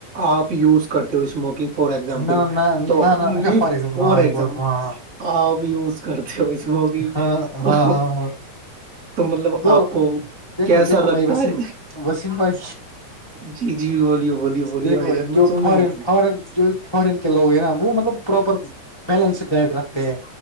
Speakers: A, on the right; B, on the left.
A: آپ یوز کرتے ہو اسموکنگ فور ایزامپل
B: نہ نہ نہ
A: تو
B: نہ
A: نہیں
B: اچھا فار ایگزامپل
A: فور
B: ہاں یہ
A: ایگزامپل
B: بہت ہاں
A: آپ یوز کرتے ہو اسموکنگ
B: ہاں ہاں
A: تو
B: ہاں ہاں
A: تو مطلب
B: دو
A: آپ کو
B: دیکھو
A: کیسا
B: دیکھو
A: لگتا
B: بھائی وسیم
A: ہے
B: وسیم بھائی
A: جی جی بولیے بولیے بولیے
B: دیکھو
A: بھائی جان میں
B: جو
A: سن
B: فورن
A: رہا ہوں
B: فارن جو فورن کے لوگ ہیں نا وہ مطلب پراپر بیلنس ڈائٹ رکھتے ہیں